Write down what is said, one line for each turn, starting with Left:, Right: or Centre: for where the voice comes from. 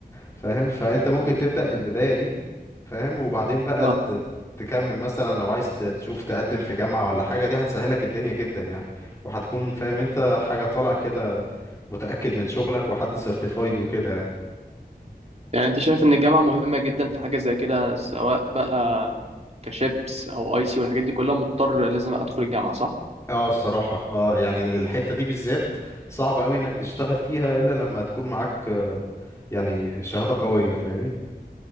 Left: فاهم فانت ممكن تبدأ البداية دي فاهم وبعدين بقى
Right: اه
Left: ت- تكمل مثلا لو عايز ت- تشوف تقدم في جامعة ولا حاجة دي هتسهلك الدنيا جدا يعني وهتكون فاهم انت حاجة طالع كده متأكد من شغلك وحد سيرتيفايد وكده يعني
Right: يعني انت شايف ان الجامعة مهمة جدا في حاجة زي كده سواء بقى كشيبس او اي سي والحاجات دي كلها مضطر لازم ادخل الجامعة صح؟
Left: اه الصراحة اه يعني الحتة دي بالذات صعب قوي انك تشتغل فيها الا لما تكون معاك آه، يعني شهادة قوية فاهمني